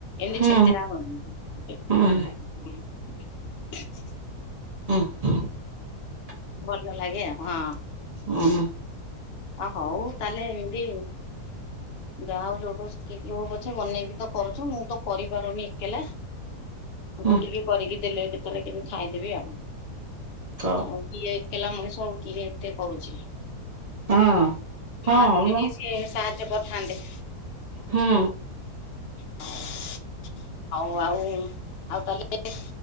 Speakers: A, on the left; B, on the right.
A: ଏମିତି
B: ହୁଁ
A: ଛେଚେରା <unintelligible>
B: ହୁଁ ହୁଁ।
A: <inaudible>
B: ହଁ।
A: ଭଲଲ ଲାଗେ ଆଉ ହଁ।
B: ହୁଁ।
A: ହ ହଉ ତାହେଲେ ଏମତି। ଯାଆହଉ ଯୋଉଠୁ ଶିଖିକି ହୋଉ ପଛେ ବନେଇକି ତ କରୁଚ ମୁଁ ତ କରିପାରୁନି ଏକଲା। ମୁଁ
B: ହୁଁ
A: ତୁ ଟିକି କରିକି ଦେଲେ କେତେବେଳେ କେମିତି ଖାଇଦେବି ଆଉ।
B: ହଉ
A: ଏକେଲା ମଣିଷ କୁ କିଏ ଏତେ କରୁଚି।
B: ହଁ ହଁ
A: ମା ଥିଲେ
B: ମ
A: ଟିକେ ସିଏ ସାହାଯ୍ୟ କରିଥାନ୍ତେ।
B: ହୁଁ।
A: <unintelligible> ହଉ ଆଉ ଆଉ ତାହେଲେ,